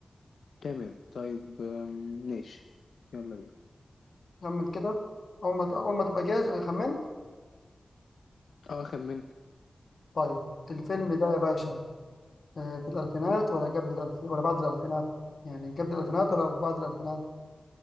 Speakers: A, on the left; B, on the left.
A: تمام طيب آم، ماشي يلا بينا
B: خمن كده أول ما أول ما تبقى جاهز خمنت
A: اه خمنت
B: طيب الفيلم ده يا باشا آه، في الألفينات ولا قبل الألف ولا بعد الألفينات يعني قبل الألفينات ولا بعد الألفينات